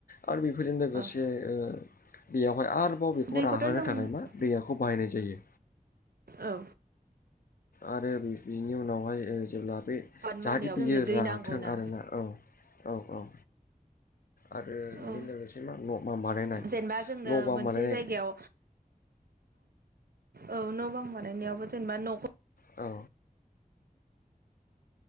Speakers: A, on the left; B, on the right.
A: आरो बेफोरजों लोगोसे
B: औ
A: बेयावहाय आरो आरोबाव बेखौ
B: दैखौथ'
A: राहोनो
B: जों औ
A: थाखाय मा दैयाखौ बाहायनाय जायो।
B: औ।
A: आरो बिनि उनावहाय ओ जेब्ला बे
B: आबाद मावनायाव
A: जाहाथे बियो
B: जोंनो दै
A: राथों
B: नांगौ ना
A: आरोना औ औ औ आरो
B: औ
A: बेजों लोगोसे मा न' मा बानायनाय
B: जेनेबा जोंनो
A: न' बां
B: मोनसे
A: बानायनाय
B: जायगायाव औ न' बां बानायनायावबो जेनेबा न'खौ
A: औ